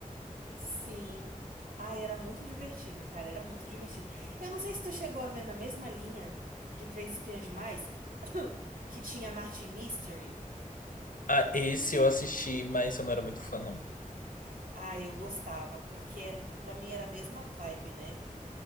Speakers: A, on the right; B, on the left.
A: Sim. Ai, era muito divertido, cara. Era muito divertido. Eu não sei se tu chegou a ver na mesma linha de Três Espiãs Demais, que tinha Martin Mystery.
B: Ah, esse eu assisti, mas eu não era muito fã, não.
A: Ah, eu gostava, porque era, pra mim era a mesma vibe, né?